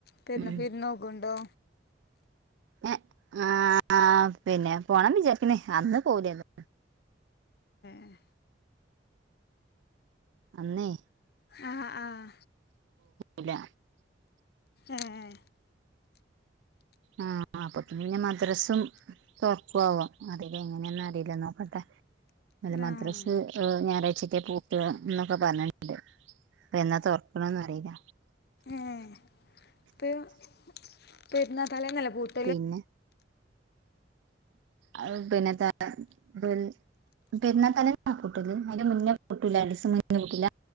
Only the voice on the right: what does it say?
ഉം
ഏഹ് ആഹ് പിന്നെ പോണം വിചാരിക്കുന്നേ അന്ന് പോലന്നു
അന്നേ
ഇല്ല
ആഹ് അപ്പൊ പിന്നെ മദ്രസും സ്വർക്ക്ആവ അറില എങ്ങനെയെന്ന് അറില്ല നോക്കട്ടെ അല്ല മദ്രസ്
ഞായറാഴ്ച്ചക്കെ പൂട്ടാ ഇന്നൊക്കെ പർഞ്ഞെട്ടി അപ്പൊ എന്നാ തോറക്ണത്ന്ന് അറീല്ല
പിന്നെ അത് പിന്നെ ത <unintelligible> പെര്ന്നാ തലേന്നാ പൂട്ടല് അയിന്റെ മുന്നെ പൂട്ടൂല അയിന്റെ രണ്ടിസം മുന്നെ പൂട്ടൂല